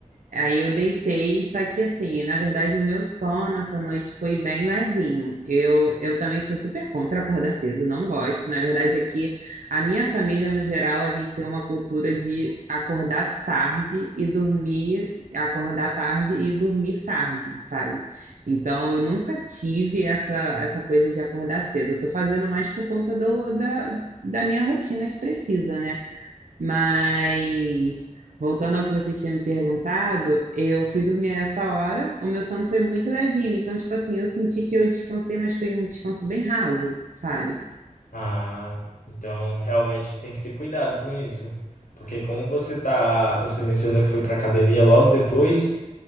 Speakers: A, on the right; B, on the left.
A: Aí eu deitei, só que assim, na verdade, o meu sono essa noite foi bem levinho. Eu, eu também sou super contra acordar cedo, não gosto. Na verdade, aqui, a minha família, no geral, a gente tem uma cultura de acordar tarde e dormir, acordar tarde e dormir tarde, sabe? Então, eu nunca tive essa, essa coisa de acordar cedo. Eu tô fazendo mais por conta do, da, da minha rotina que precisa, né? Mas voltando ao que você tinha me perguntado, eu fui dormir a essa hora, o meu sono foi muito levinho, então tipo assim, eu senti que eu descansei, mas foi um descanso bem raso, sabe?
B: Ah, então realmente tem que ter cuidado com isso. Porque como você tá, você mencionou que foi para academia logo depois,